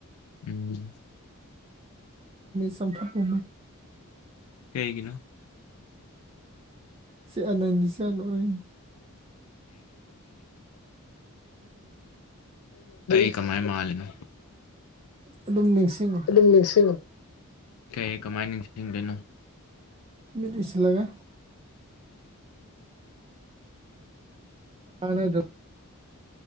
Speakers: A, on the left; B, on the right.
A: ꯎꯝ
B: ꯁꯝꯊꯄ
A: ꯀꯩꯒꯤꯅꯣ
B: ꯁꯤ ꯑꯅꯗꯤꯁꯤꯅꯟ <inaudible>
A: ꯀ ꯀꯃꯥꯏ ꯃꯥꯜꯅ
B: ꯑꯗꯨꯝ ꯅꯤꯡꯁꯤꯡꯉꯣ
A: ꯑꯗꯨꯝ ꯅꯤꯡꯁꯤꯡꯉ ꯀ ꯀꯃꯥꯏꯅ ꯅꯤꯡꯁꯤꯡꯗꯣꯏꯅꯣ
B: ꯃꯤ ꯄꯤꯁ ꯂꯥꯛꯒ ꯑꯅ ꯑꯗꯨ